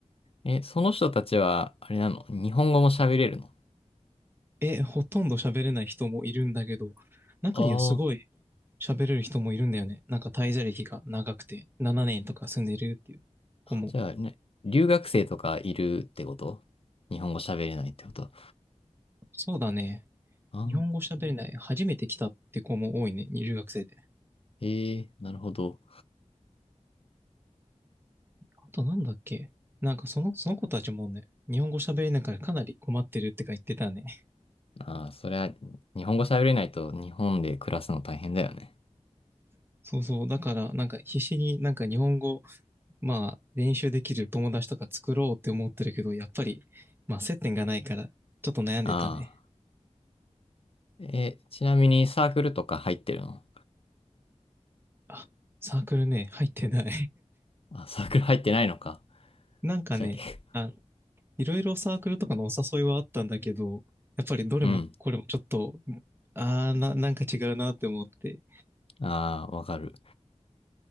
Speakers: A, on the left (about 50°); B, on the right (about 20°).
A: え、その人たちは、あれなの日本語も喋れるの
B: え、ほとんど喋れない人もいるんだけど、中にはすごい
A: ああ
B: 喋れる人もいるんだよね。なんか滞在歴が長くて、7年とか住んでるっていう子も。
A: ー。じゃあね、留学生とかいるってこと日本語喋れないってことあ
B: そうだね。
A: あー。
B: 日本語喋れない。初めて来たって子も多いね。留学生で。
A: ええなるほど。
B: あとなんだっけなんかその、その子たちもね、日本語喋れないからかなり困ってるってか言ってたね。
A: ああ、そりゃ、日本語喋れないと日本で暮らすの大変だよね。
B: <laughs> そうそう。だから、なんか必死になんか日本語、まあ練習できる友達とか作ろうって思ってるけど、やっぱり、まあ接点がないから、ちょっと悩んでたね。
A: ああ。え、ちなみにサークルとか入ってるの
B: あ、サークルね、入ってない。
A: あ、サークル入ってないのか。
B: <laughs> なんかね、
A: じゃあ、け
B: あ、いろいろサークルとかのお誘いはあったんだけど、やっぱりどれもこれもちょっと、
A: <laughs> うん。
B: ああ、な、なんか違うなって思って、
A: ああ、わかる。